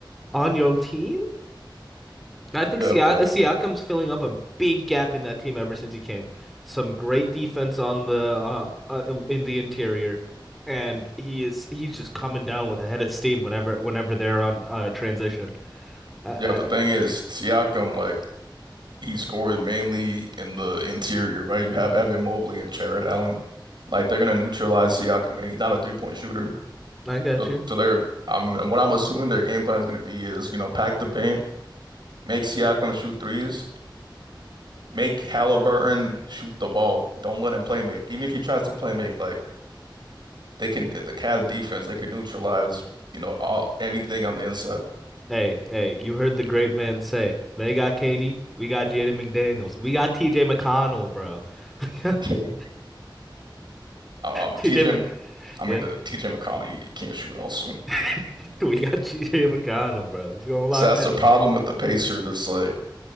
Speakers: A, in the centre; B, on the right (about 60°).
A: on your team, I think
B: Yeah,
A: Siak
B: but
A: Siakam's filling up a big gap in that team ever since he came. Some great defense on the uh, uh in the interior, and he is he's just coming down with a head of steam whenever whenever they're on uh transition. I I,
B: yeah, the thing is, Siakam, like, he scores mainly in the interior, right? You have Evan Mobley and Jared Allen. Like they're gonna neutralize Siakam, and he's not a three point shooter.
A: I got
B: So,
A: you.
B: so they're I'm what I'm assuming their game plan is gonna be is, you know, pack the paint, make Siakam shoot threes, make Halliburton shoot the ball. Don't let him play make. Even if he tries to play make, like they can the Cavs defense, they can neutralize, you know, all everything on the inside.
A: Hey, hey, you heard the great man say, they got KD, we got Jaden McDaniels, we got TJ McConnell, bro. <laughs>
B: <laughs> Um,
A: TJ,
B: TJ,
A: Mc-
B: I mean
A: yeah,
B: the TJ McCollum you can't shoot also.
A: <laughs> we got TJ McConnell, bro. He's gonna lock
B: So that's
A: that
B: the problem
A: up.
B: with the Pacers. It's like,